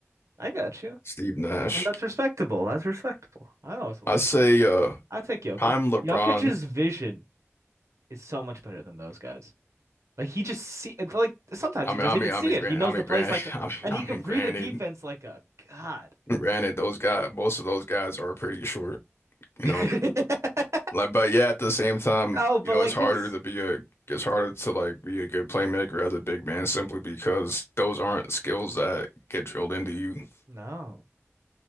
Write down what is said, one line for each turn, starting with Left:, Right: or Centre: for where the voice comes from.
Right: I got you.
Left: Steve Nash.
Right: And that's respectable. That's respectable. I know it's a lot.
Left: I'd say uh
Right: I'll take Jokic.
Left: prime LeBron.
Right: Jokic's vision is so much better than those guys. Like he just see like sometimes
Left: I
Right: he
Left: mean,
Right: doesn't
Left: I mean,
Right: even see
Left: I mean,
Right: it.
Left: grant,
Right: He knows
Left: I mean,
Right: the plays
Left: grant,
Right: like
Left: <laughs> I mean,
Right: and he
Left: I
Right: can
Left: mean,
Right: read
Left: granted,
Right: a defense like a god.
Left: granted, those guys, most of those guys are pretty short, you
Right: <laughs>
Left: know. Like, but yeah, at the same time,
Right: Oh, but
Left: you know,
Right: like
Left: it's harder
Right: he'll s-
Left: to be a, it's harder to like be a good playmaker as a big man simply because those aren't skills that get drilled into you
Right: no.